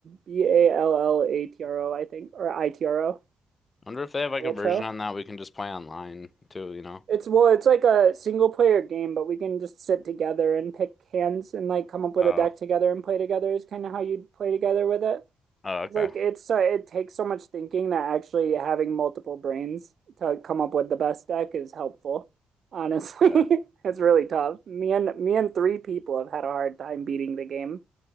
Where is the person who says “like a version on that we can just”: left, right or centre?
Left